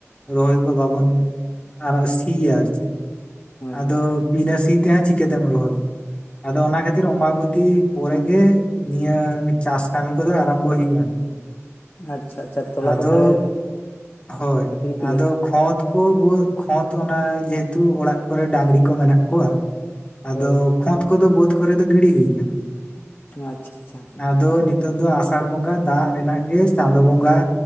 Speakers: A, on the left (about 25°); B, on the left (about 45°).
A: ᱨᱚᱦᱚᱭ ᱠᱚ ᱵᱟᱵᱚᱱ ᱟᱨᱚ ᱥᱤᱭᱟ ᱟᱨ ᱪᱮᱫ᱾
B: ᱦᱳᱭ
A: ᱟᱫᱚ
B: ᱦᱳᱭ
A: ᱵᱤᱱᱟᱹ ᱥᱤ ᱛᱮᱦᱚᱸ ᱪᱤᱠᱟᱹᱛᱮᱢ ᱨᱚᱦᱚᱭᱟ, ᱟᱫᱚ ᱚᱱᱟ ᱠᱷᱟ ᱛᱤᱨ ᱚᱢᱟᱵᱚᱛᱤ ᱯᱚᱨᱮ ᱜᱮ ᱱᱤᱭᱟᱹ ᱪᱟᱥ ᱠᱟᱹᱢᱤ ᱠᱚᱫᱚ ᱟᱨᱟᱢᱵᱚᱭ ᱦᱩᱭᱩᱜ-ᱟ ᱱᱟᱦᱟᱜ᱾
B: ᱟᱪᱪᱷᱟ ᱟᱪᱪᱷᱟ ᱛᱚᱞᱟ
A: ᱟᱫᱚ
B: ᱠᱚ ᱛᱟᱦᱚᱞᱮ
A: ᱦᱳᱭ
B: ᱟᱹᱣᱨᱤ ᱯᱮ ᱜᱤᱰᱤᱭᱟ
A: ᱟᱫᱚ ᱠᱷᱚᱛ ᱠᱚ ᱜᱩ ᱠᱷᱚᱛ ᱚᱱᱟ ᱡᱮᱦᱮᱛᱩ ᱚᱲᱟᱜ ᱠᱚᱨᱮ ᱰᱟᱝᱨᱤ ᱠᱚ ᱢᱮᱱᱟᱜ ᱠᱚᱣᱟ, ᱟᱫᱚ
B: ᱦᱳᱭ
A: ᱠᱷᱚᱸᱫᱽ ᱠᱚᱫᱚ ᱵᱟᱹᱫᱽ ᱠᱚᱨᱮ ᱫᱚ ᱜᱤᱰᱤ ᱦᱩᱭ ᱠᱟᱱᱟ᱾
B: ᱟᱪ-ᱪᱷᱟ ᱪᱷᱟ᱾
A: ᱫᱚ ᱱᱤᱛᱚᱜ ᱫᱚ ᱟᱥᱟᱲ ᱵᱚᱸᱜᱟ ᱫᱟᱜ ᱨᱮᱱᱟᱜ ᱜᱮ ᱪᱟᱸᱫᱳ ᱵᱚᱸᱜᱟ᱾